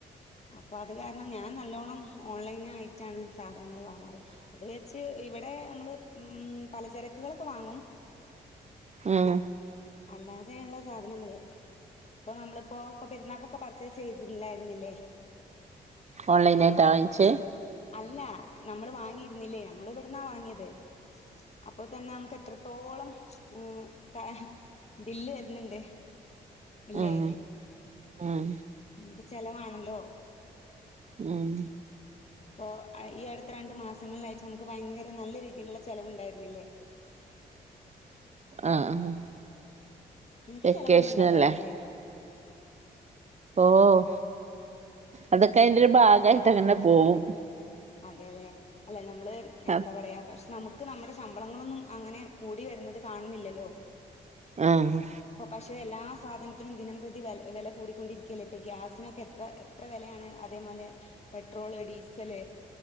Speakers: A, on the left (about 35°); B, on the right (about 35°).
A: അപ്പ അത് കാരണം ഞാൻ നല്ലോണം ഓൺലൈൻ ആയിറ്റാണ് സാധനങ്ങള് വാങ്ങാറ് അത് വിചാരിച്ച് ഇവിടെ നമ്മള് ഉം പലചരക്കുകളൊക്കെ വാങ്ങും
B: ഉം
A: അല്ലാതെയ്ള്ള സാധനങ്ങള് ഇപ്പൊ നമ്മളിപ്പോ ഇപ്പ പെര്ന്നാക്ക് ഇപ്പ പർച്ചേസ് ചെയ്തില്ലായിരുന്നില്ലേ
B: ഓൺലൈനായിറ്റാ വാങ്ങിച്ചെ
A: അല്ലാ നമ്മള് വാങ്ങിയിരുന്നില്ലേ നമ്മള് ഇവിട്ന്നാ വാങ്ങിയത് അപ്പൊ തന്നെ നമക്ക് എത്രത്തോളം ഉം ക ബില്ല് വര്ന്ന്ണ്ട് ഇല്ലേ
B: ഉം ഉം
A: ഉം ഇത് ചെലവാണല്ലോ
B: ഉം
A: പ്പൊ അ ഈ അട്ത്ത രണ്ട് മാസങ്ങളിലായിട്ട് നമുക്ക് ഭയങ്കര നല്ല രീതില്ള്ള ചെലവ്ണ്ടായിരുന്നില്ലേ
B: ആഹ് ആഹ്
A: നിങ്ങക്ക്
B: വെക്കേഷ്ന
A: ചെലവൊന്നും ഉണ്ടാകാറില്ലേ
B: ല്ലേ ഓഹ് അതൊക്കെ അയ്ന്റെ രു ഭാഗായിട്ട ങ്ങനെ പോകും
A: അതെല്ലേ അല്ല നമ്മള് എന്താ
B: ആഹ്
A: പറയാ പഷെ നമുക്ക് നമ്മുടെ ശമ്പളങ്ങളൊന്നും ആങ്ങനെ കൂടി വരുന്നത് കാണുന്നില്ലല്ലോ
B: ആഹ്
A: പൊ പഷെ എല്ലാ സാധനത്തിനും ദിനംപ്രതി വെ വെല കൂടിക്കൊണ്ടിരിക്കല്ലേ പ്പ ഗ്യാസിനൊക്കെ എത്ര എത്ര വെലയാണ് അതേമോലെ പെട്രോള് ഡീസല്